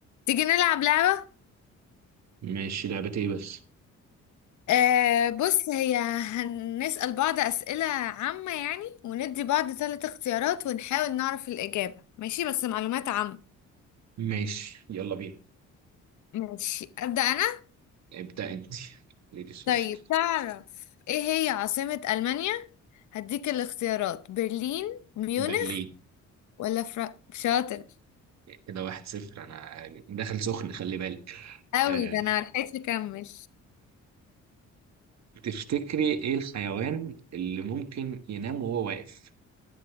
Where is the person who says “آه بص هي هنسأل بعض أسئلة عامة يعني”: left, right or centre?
Left